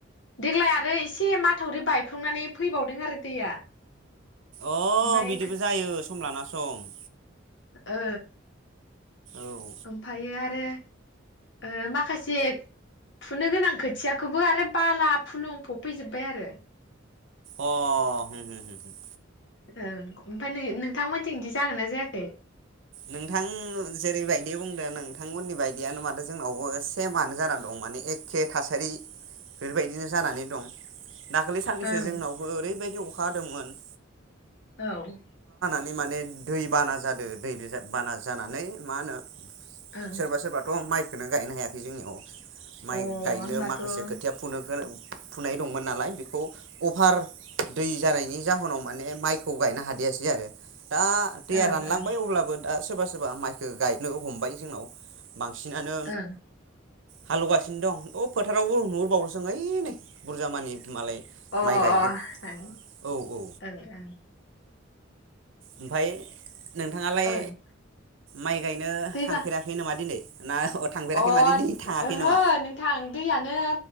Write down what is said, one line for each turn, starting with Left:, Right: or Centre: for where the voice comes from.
Left: देग्लाय आरो एसे माथावरि बायफ्लंनानै फैबावदों आरो दैया।
Right: अ
Left: ओमफाय
Right: बिदिबो जायो। सम लाना सम।
Left: ओ
Right: औ
Left: ओमफायो आरो ओ माखासे फुनो गोनां खोथियाखौबो आरो बाला फुलुं फब फै जोबबाय आरो।
Right: अह उम उम।
Left: ओं ओमफाय नोंथांमोनथि बिदि जागोन ना जायाखै।
Right: नोंथां जेरैबायदि बुंदों नों नोंथांमोननि बायदियानो माथो जोंनावबो सेमानो जाना दं माने एखे थासारि बेफोरबायदिनो जानानै दं। दाख्लै साननैसो
Left: ओं
Right: जोंनावबो ओरैबायदि अख अखाहादोंमोन।
Left: औ।
Right: माने दै बाना जादों। दै गोजा बाना जानानै मा होनो
Left: अ
Right: सोरबा सोरबाथ माइ खोनो गायनो हायाखै जोंनियाव माइ
Left: होमबाथ'
Right: गायनो माखासे
Left: ओं
Right: खोथिया फुनो गो फुनाय दंमोन नालाय बेखौ अफार दै जानायनि जाहोनाव माने माइखौ गायनो हादियासै आरो। दा दैया
Left: ओं
Right: रानलां
Left: ओं
Right: बै अब्लाबो दा सोरबा सोरबा माइ खो गायनो हमबाय जोंनाव। बांसिनानो
Left: ओं
Right: हालेवगासिनो दं अ फोथारावबो नहुरबावो सो ओं ओइ नै बुरजा मानि। मालाय
Left: अ अ
Right: माइ गायदो
Left: ओं
Right: औ औ
Left: ओं ओं।
Right: ओमफाय। नोंथाङालाय
Left: ओं
Right: माइ गायनो
Left: दैबा
Right: थांफेराखै नामा दिनै? ना थांफेराखै
Left: अ
Right: माने दिनै थाङाखै
Left: ओहो
Right: नामा?
Left: नोंथां दैयानो